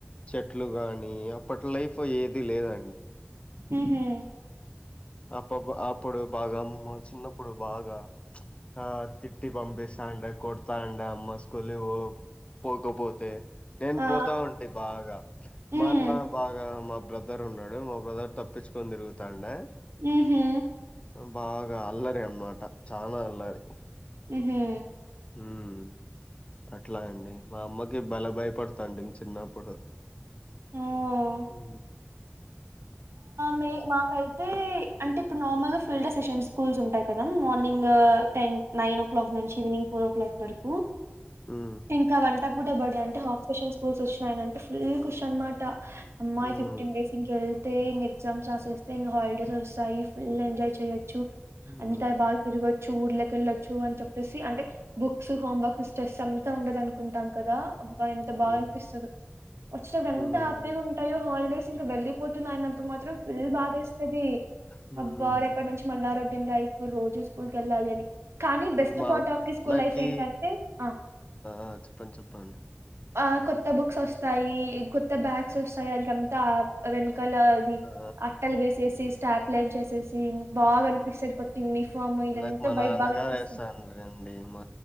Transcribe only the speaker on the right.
ఊహు
ఆ
హ్మ్
ఊహు
ఉహు
ఓ
మీ మాకైతే అంటే ఇప్పుడు నార్మల్ గా ఫీల్డ్ అషెషన్స్ స్కూల్స్ ఉంటాయ్ కదా morning ten nine o'clock నుంచి ఈవినింగ్ ఫోరో క్లాక్ వరకు
ఇంకా వంట పూట బడి అంటే హాక్ఫెషన్ స్కూల్స్ వచ్చినాయనంటే ఫుల్ కుష్ అన్మాట అమ్మా
ఇ ఫిఫ్టీన్ డేస్ ఇంకెల్ ల్తే ఇంగ ఎగ్జామ్స్ రాసేస్తే ఇంగ హాలిడేస్ వస్తాయి ఫుల్ ఎంజాయ్ చేయొ చ్చు
అంతా బాగ తిరగొచ్చు ఊర్లెక్ కెళ్ళొచ్చు అని చెప్పేసి అంటే బుక్స్ హోమ్ వర్క్ స్ట్రెస్ అంతా ఉండదు అనుకుంటాం కదా అబ్బా ఎంత బాగా
అనిపిస్తదో వచ్చినప్పుడు ఎంత
హ్యాపీగా ఉంటాయో హాలిడేస్ ఇంక వెళ్లి <unintelligible> అన్నప్పుడు మాత్రం ఫుల్ బాధేస్తది
అబ్బా రేపటి నుంచి మళ్ళా రొ రొటీన్ లైఫూ రోజు స్కూల్ కెళ్ళాలని కానీ బెస్ట్
part of the school
life ఏంటంటే ఆ
ఆ కొత్త బుక్స్ వస్తాయి కొత్త బ్యాగ్స్ వస్తాయి ఆల్కంతా వెన్ కల అది
అట్టలు వేసేసి స్టాప్ లైన్ చేసేసి తీన్ బాగా
అనిపిస్తది కొత్త యూనిఫామ్ ఇదంతా
బైట్
బాగా కనిపిస్తది